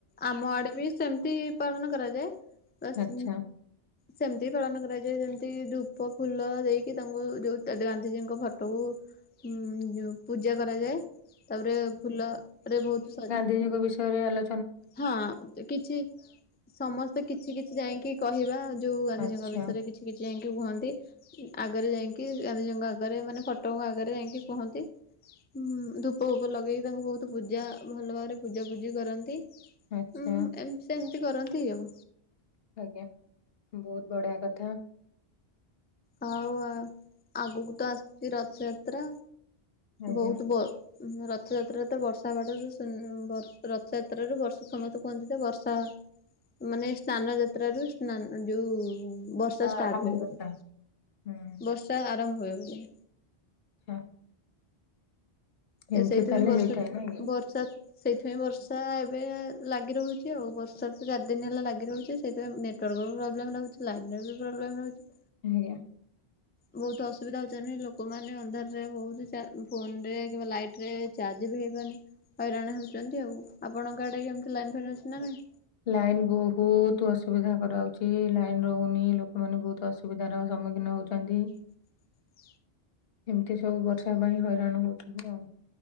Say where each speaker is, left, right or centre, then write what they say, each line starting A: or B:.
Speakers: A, on the left; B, on the left.
A: ଆମ ଆଡ଼େ ବି ସେମିତି ପାଳନ କରାଯାଏ ବାସ୍
B: ଆଚ୍ଛା
A: ସେମିତି ପାଳନ କରାଯାଏ ଯେମିତି ଧୂପ ଫୁଲ ଦେଇକି ତାଙ୍କୁ ଯୋଉ ଗାନ୍ଧିଜୀଙ୍କ ଫଟୋକୁ ଉଁ ଯଉ ପୂଜା କରାଯାଏ ତାପରେ ଫୁଲରେ ବହୁତ ସ
B: ଜିଙ୍କ ବିଷୟରେ ଆଲୋ
A: ହଁ, କିଛି ସମସ୍ତେ କିଛି କିଛି ଯାଇକି କହିବା। ଯୋଉ ଗାନ୍ଧିଜୀଙ୍କ
B: ଆଚ୍ଛା
A: ବିଷୟରେ କିଛି କିଛି ଯାଇକି କୁହନ୍ତି। ଆଗରେ ଯାଇକି ଗାନ୍ଧିଜିଙ୍କ ଆଗରେ ମାନେ ଫଟୋଙ୍କ ଆଗରେ ଯାଇକି କୁହନ୍ତି। ହୁଁ, ଧୂପୂଫୁପ ଲଗେଇକି ତାଙ୍କୁ ବହୁତ ପୂଜା ଭଲ ଭାବରେ ପୂଜା ପୂଜି କରନ୍ତି। ଏମିତି
B: ଆଚ୍ଛା
A: ସେମିତି କରନ୍ତି ଆଉ
B: ଆଜ୍ଞା, ବହୁତ ବଢିଆ କଥା।
A: ଆଉ ଆଗକୁ ତ ଆସୁଛି ରଥଯାତ୍ରା।
B: ଆଜ୍ଞା
A: ବହୁତ ବ ରଥଯାତ୍ରା ତ ବର୍ଷା ହେବାଟା, ରଥଯାତ୍ରାରୁ ବର୍ଷ ସମସ୍ତେ କୁହନ୍ତି ତ ବର୍ଷା ମାନେ ସ୍ନାନ ଯାତ୍ର ରୁ ସ୍ନାନ ଯୋଉ ବର୍ଷା ଷ୍ଟାର୍ଟ
B: ଆରମ୍ଭ
A: ହୁଏ
B: କଥା
A: ବୋଲି।
B: ହୁଁ
A: ବର୍ଷା ଆରମ୍ଭ ହୁଏ ବୋଲି।
B: ଆଚ୍ଛା ଏମିତି
A: ଏ ସେଇଥିପାଇଁ
B: ତାହେଲେ
A: ବର୍ଷା
B: ହେଇଥାଏ ନାଇଁ କି
A: ବର୍ଷା ସେଇଥିପାଇଁ ବର୍ଷା ଏବେ ଲାଗି ରହୁଛି ଆଉ। ବର୍ଷା ତ ଚାରି ଦିନ ହେଲା ଲାଗି ରହୁଛି। ସେଥିପାଇଁ ନେଟୱାର୍କ ପ୍ରୋବଲେମ୍ ରହୁଛି। ଲାଇନ୍ ର ବି ପ୍ରୋବଲେମ୍ ରହୁଛି।
B: ହେୟା
A: ବହୁତ ଅସୁବିଧା ହଉଛନ୍ତି ଲୋକମାନେ ଅନ୍ଧାରରେ ବହୁତ ଫୋନ ରେ ଚାର୍ଜ ବି ହେଇପାରୁନି ହଇରାଣ ହେଉଛନ୍ତି ଆଉ। ଆପଣଙ୍କ ଆଡେ କେମିତି ଲାଇନ ଫେନ୍ ଅଛି ନା ନାହିଁ।
B: ଲାଇନ୍ ବହୁତ ଅସୁବିଧା କରାଉଛି। ଲାଇନ ରହୁନି ଲୋକମାନେ ବହୁତ ଅସୁ ଅସୁବିଧାର ସମ୍ମୁଖୀନ ହଉଛନ୍ତି।
A: <inaudible>
B: ଏମିତି ସବୁ ବର୍ଷା ପାଇଁ ହଇରାଣ ହଉଛନ୍ତି ଆଉ।